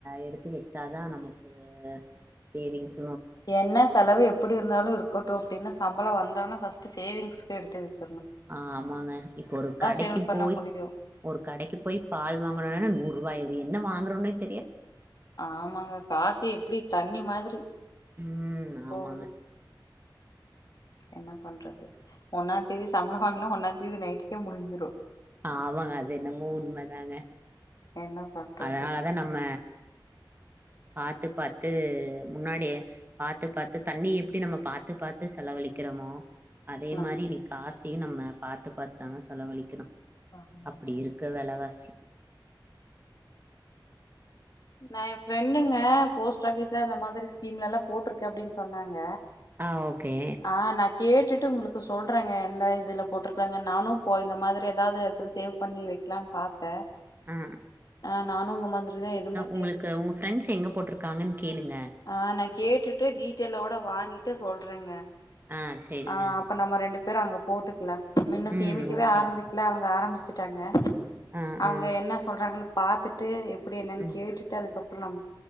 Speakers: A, on the right; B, on the left.
A: எடுத்து வச்சாதான் நமக்கு சேவிங்ஸ்.
B: என்ன செலவு எப்புடி இருந்தாலூ இருக் கட்டும் அப்டின்னு சம்பள வந்தாலு கஷ் சேவிங்ஸ் எடுத்து வச்சு
A: ஆஹ்மாங்க இப்ப ஒரு கடைக்கு
B: சேவ் பண்ண
A: போய்,
B: முடியு
A: ஒரு கடைக்கு போய் பால் வாங்கனுனா நூறுவா ஆயிடுது என்ன வாங்கறோனேத்
B: ஆமாங்க காசு எப்டி தண்ணி மாதிரி
A: ம்
B: போகுது.
A: ஆமாங்க
B: என்ன பண்றது, ஒன்னாந் தேதி சம்பளம் வாங்கினா ஒன்னாந் தேதி நைட்டுக்கே முடிஞ்சிடும்.
A: ஆமாங்க, அது என்னமோ உண்மைதாங்க.
B: என்ன பண்றது
A: அதனாலதான் நம்ம, பாத்துு பாத்துு முன்னாடியே பாத்துு பாத்துு தண்ணி எப்படி நம்ம பாத்துு பாத்துு செலவழிக்கிறமோ, அதே
B: நா
A: மாரி இன்னிக்கு காசியு நம்ம, பாத்து பாத்தாங்க செலவலிக்கணும்
B: ஆமாங்க
A: அப்டி இருக்க வெலவாசி
B: நான் என் ஃப்ரெண்டுங்க போஸ்ட் ஆபிஸ்சு அந்த மாதிரி ஸ்கீம்ல எல்லா போட்டுருக்கேன் அப்டின்னு சொன்னாங்க
A: ஆ ஓகே
B: ஆ நா கேட்டுட் ட்டு உங்ளுக்கு சொல்றேங்க எந்த இதுல போட்டிருக்கறாங்க நானு போய் இந்த மாதிரி ஏதாவு <unintelligible> சேவ் பண்ணி வெக்லான்னு பாத்த
A: ஆ
B: ஆ நானு உங்க மாதிரிதா எதுமே சே
A: உங்ளுக்கு உங்க ஃப்ரெண்ட்ஸ் எங்க போட்ருக்காங்கன்னு கேளுங்க
B: ஆ நா கேட்டுட்டு டீட்டெய்லோட வாங்கிட்டு சொல்றங்க
A: ஆ சேரிங்க
B: ஹா அப்ப நம்ம ரெண்டுப் பேரும் அங்க போட்டுக்குலா நம்ம இன்னு
A: ம்
B: சேமிக்கவே
A: ஓகே
B: ஆரம்பிக்ல அவங்க ஆரம்பிச் வச்சுட்டாங்க
A: ஆ
B: அவங்க
A: ஆ
B: என்ன சொல்றாங்கன்னு பாத்துட்டு எப் அப்டி என்னன்னு
A: ம்
B: கேட்டுட்டு அதுக்கப் <unintelligible> நம்